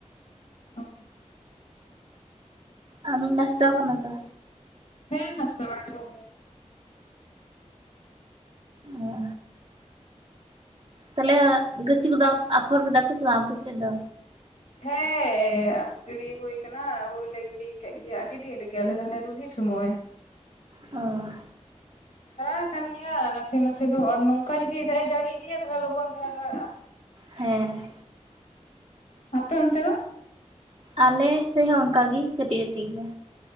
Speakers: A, on the left; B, on the right.
A: ᱚ
B: ᱟᱢ ᱱᱟᱥᱛᱟ ᱠᱟᱱᱟᱢ ᱛᱚ
A: ᱦᱮᱸ ᱱᱟᱥᱛᱟ ᱵᱟᱲᱟ ᱠᱚ ᱦᱳᱭ ᱮᱱ᱾
B: ᱚ ᱛᱟᱦᱚᱞᱮ ᱜᱟᱹᱪᱷᱤ ᱠᱚᱫᱚ ᱟᱯᱷᱚᱨ ᱠᱮᱫᱟ ᱠᱚ ᱥᱮ ᱵᱟᱝ ᱟᱯᱮ ᱥᱮᱫ ᱫᱚ?
A: ᱦᱮᱸ ᱜᱤᱲᱤ ᱦᱩᱭ ᱟᱠᱟᱱᱟ ᱦᱩᱲᱩ ᱞᱮ ᱜᱤᱲᱤ ᱟᱠᱟᱫ ᱜᱮᱭᱟ ᱟᱹᱰᱤ ᱫᱤᱱ ᱨᱮᱜᱮ ᱟᱞᱮ ᱫᱚ ᱦᱟᱱᱮ ᱨᱩᱱᱦᱤ ᱥᱚᱢᱚᱭ᱾
B: ᱚ
A: ᱦᱟᱨᱟ ᱠᱟᱱ ᱜᱮᱭᱟ ᱱᱟᱥᱮ ᱱᱟᱥᱮ ᱫᱚ ᱟᱨ ᱱᱚᱝᱠᱟ ᱡᱩᱫᱤ ᱫᱟᱜ ᱮ ᱡᱟᱹᱲᱤ ᱤᱫᱤᱭᱟ ᱛᱟᱦᱚᱞᱮ ᱞᱚᱜᱚᱱ ᱫᱷᱟᱨᱟ ᱦᱟᱨᱟᱜ-ᱟ᱾
B: ᱦᱮᱸ᱾
A: ᱟᱯᱮ ᱚᱱᱛᱮ ᱫᱚ?
B: ᱟᱞᱮ ᱥᱮᱫ ᱦᱚᱸ ᱚᱱᱠᱟ ᱜᱮ ᱠᱟᱹᱴᱤᱡ ᱠᱟᱹᱴᱤᱡ ᱜᱮᱭᱟ᱾